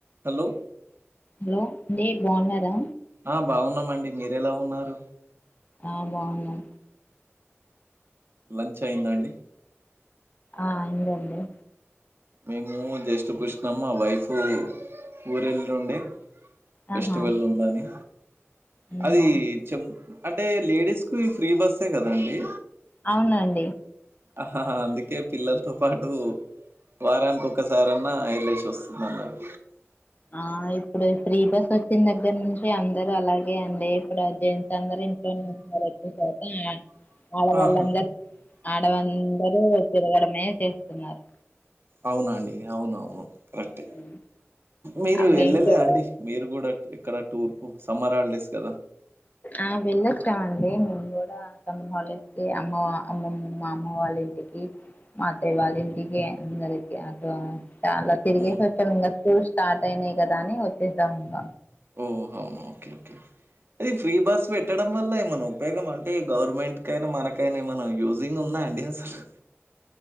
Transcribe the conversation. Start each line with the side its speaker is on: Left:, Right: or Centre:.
Right: Hello!
Left: Hello అండి బాగున్నారా?
Right: ఆ బాగున్నామండి మీరెలా ఉన్నారు?
Left: ఆ బాగున్నం.
Right: లంచ్ అయిందా అండి.
Left: ఆ అయిందండి.
Right: మేము జస్ట్ కుష్నం మా వైఫ్ ఊరెళ్ళుండే ఫెస్టివల్
Left: ఆహా
Right: ఉందని
Left: అవునా
Right: అదీ చెప్ అంటే లేడీస్కు ఈ ఫ్రీ బస్సే కదండి.
Left: అవునండి.
Right: అహా హా అందుకే పిల్లల్తో పాటు వారాన్ కొక్కసారన్నా ఎళ్ళేస్ వస్తుందన్నారు.
Left: ఆ ఇప్పుడు ఈ ఫ్రీ బస్ వచ్చిన్ దగ్గర్నుంచి అందర్ అలాగే అండి ఇప్పుడా జెంట్స్ అందరు ఇంట్లో ఉన్నార్ ఎక్కు శాతం ఆ వాళ్ళ వాళ్ళందరు
Right: ఆహా
Left: ఆడవందరూ తిరగడమే చేస్తున్నారు
Right: అవునండి అవునవును కరెక్ట్ే
Left: ఉమ్.
Right: మీరు
Left: ఆ మేము
Right: వెళ్ళలే
Left: కూడా
Right: అండి మీరు కూడా ఎక్కడ టూర్ కు సమ్మర్ హల్ డేస్ కదా
Left: ఆ వెళ్ళొచ్చమండి మేము కూడా సమ్మర్ హాల్ డేస్ కి అమ్మ అమ్మమ్ మా అమ్మ వాళ్ళ ఇంటికి మా అత్తయ్య వాళ్ళ ఇంటికి అందరికి అటు చాలా తిరిగేసి
Right: ఉమ్
Left: వచ్చాము ఇంగ స్కూల్ స్టార్ట్ అయినాయి కదా అని వచ్చేసాం ఇంగ
Right: ఓ అవునా ఓకే ఓకే అది ఫ్రీ బస్ పెట్టడం వల్ల ఎమన ఉపయోగం అంటే గవర్నమెంట్ కైనా మనకైనా ఏమ యూజింగ్ ఉందా అండి అసలు